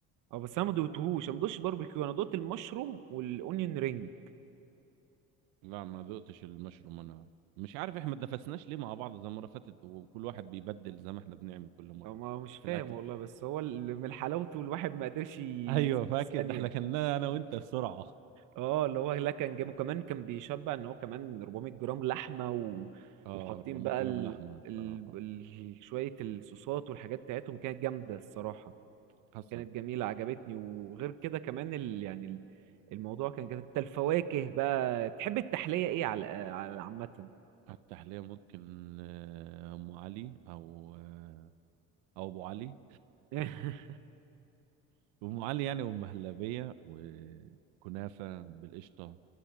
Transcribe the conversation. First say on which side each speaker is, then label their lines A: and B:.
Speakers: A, on the right; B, on the right.
A: او بس انا ما دوقتهوش انا ما دوقتش باربيكيو انا دوقت المشروم والاونيون رينج
B: لا ما ذقتش المشروم انا مش عارف احنا ما اتنفسناش ليه مع بعض زي المره اللي فاتت وكل واحد بيبدل زي ما احنا بنعمل كل مره
A: او ما مش فاهم
B: في الاكل
A: والله بس هو اللي من حلاوته الواحد ما قدرش يسيبه
B: ايوه فاكر
A: ثانيه
B: ده احنا كلناه انا وانت بسرعه
A: اه اللي هو لا كان جامد وكمان كان بيشبع ان هو كمان 400 جرام لحمه و...
B: اه
A: وحاطين
B: 400
A: بقى
B: جرام
A: ال...
B: لحمه الصراحه
A: ال... ال... شويه الصوصات والحاجات بتاعتهم كانت جامده الصراحه
B: حصل
A: كانت جميلة عجبتني وغير كده كمان ال... يعني ال- الموضوع كان جميل. انت الفواكه بقى تحب التحلية ايه على على عامة
B: على التحلية ممكن آه، أم علي أو آه، أو أبو علي
A: <laughs>
B: أم علي يعني أم هلبية وكنافة بالقشطة